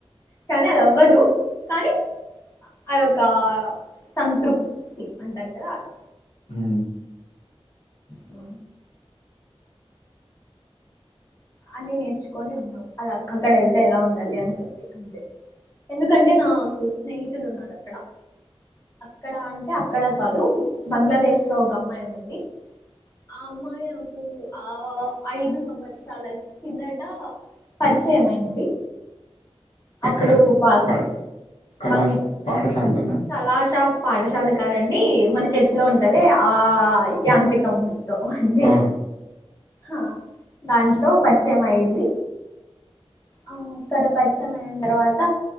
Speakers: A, on the left; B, on the left.
A: కానీ అది అవ్వదు కానీ అదొక సంతృప్తి అంటారు కదా అలా
B: ఉ
A: అబ అన్ని నేర్చుకొని ఉన్నాం అలా అక్కడ వెళ్తే ఎలా ఉంటాది అని చెప్పి అంతే ఎందుకంటే నాకు స్నేహితులు ఉన్నారు అక్కడ అక్కడ అంటే అక్కడ కాదు బంగ్లాదేశ్లో ఒక అమ్మాయి ఉన్నింది ఆ అమ్మాయి అప్పుడు ఆ ఐదు సంవత్సరాలకి కిందట పరిచయం అయింది అప్పుడు
B: ఎక్కడ
A: బా
B: ప కళాశ
A: బంగ్
B: పాఠశాలలోనా
A: చలా షాప్ పాఠశాల కాదండి మన చేతిలో ఉంటాదే ఆ యాంత్రికం తో అండి
B: ఓహో
A: హ దాంట్లో పరిచయం అయింది ఆ ఇక్కడ పరీచయం అయిన తర్వాత